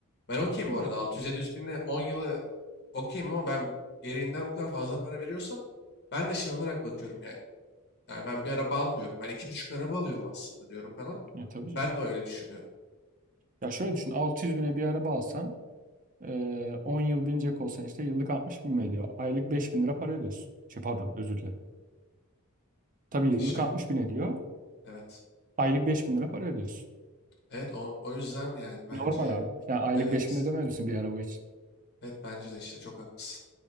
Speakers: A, on the left (about 50°); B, on the right (about 40°).
A: Ben okey
B: Yaklaşık.
A: bu arada 600-700 binle 10 yılı okeyim ama ben gereğinden bu kadar fazla para veriyorsam ben de şey olarak bakıyorum yani. Yani ben bir araba almıyorum. Ben iki buçuk araba alıyorum aslında diyorum falan.
B: Ya tabii canım.
A: Ben de öyle düşünüyorum.
B: Ya şöyle düşün 600 bine bir araba alsan Ee, 10 yıl binecek olsan işte yıllık 60 bin mi ediyor? Aylık 5 bin lira para ödüyorsun. Şey pardon özür dilerim. Tabii yıllık
A: Şey,
B: 60 bin ediyor.
A: evet.
B: Aylık 5 bin lira para ödüyorsun.
A: Evet o, o yüzden yani bence
B: Normal abi. Yani aylık
A: evet.
B: 5 bin ödemez misin bir araba için?
A: Evet bence de işte çok haklısın.